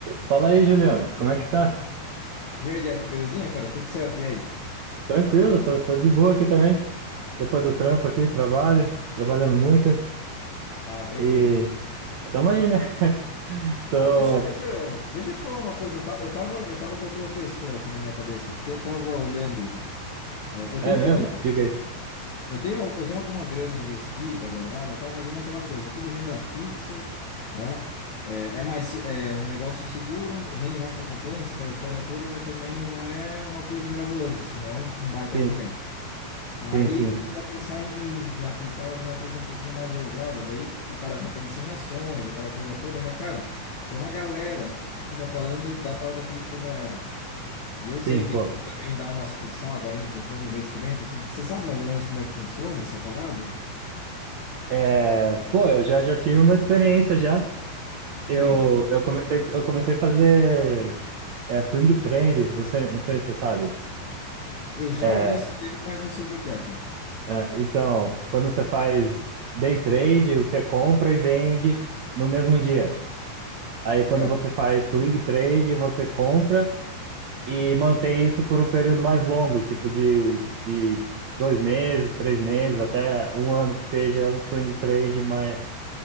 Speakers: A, on the right; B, on the left.
A: Fala aí, Juliano, como é que tá?
B: E aí, Jeff, belezinha, cara? Tudo certo? E aí?
A: Tranquilo, tô, tô de boa aqui também. Depois do trampo aqui, trabalho, trabalhando muito
B: Tá tranquilo.
A: e tamo aí, né? <laughs> Tô.
B: Cara, deixa, deixa, deixa eu te falar uma coisa. Eu, ta- eu tava, eu tava com a tua pessoa aqui na minha cabeça, porque eu tava olhando. é, eu
A: É
B: tenho,
A: mesmo?
B: eu tenho,
A: Diga aí.
B: eu tenho, eu tenho alguma grana investida, guardada, e tal, mas é naquela coisa, é tudo renda fixa, né? É, é mais, é um negócio seguro, rende mais que a poupança, aquela história toda, mas também não é uma coisa mirabolante, assim, não é um, um baita
A: Sim,
B: rendimento. Aí
A: sim, sim,
B: comecei a pensar em, em aplicar em alguma coisa um pouquinho mais ousada. Daí o cara já pensa em ações, aquela coisa toda, mas, cara, tem uma galera que fica falando da tal da criptomoeda. E eu sei
A: sim,
B: que
A: pô.
B: tu também dá umas fuçadas aí em questão de investimento. Você sabe mais ou menos como é que funciona essa parada?
A: É, pô, eu já, já tive uma experiência já. Eu,
B: Hum,
A: eu comecei, eu comecei a fazer é, swing trade, você, não sei se você sabe.
B: eu já
A: É,
B: ouvi esse termo, mas não sei o que que é, cara.
A: é, então, quando você faz day trade, você compra e vende no mesmo dia. Aí quando
B: Tá.
A: você faz swing trade, você compra e mantém isso por um período mais longo, tipo de, de dois meses, três meses, até um ano que seja um swing trade, mas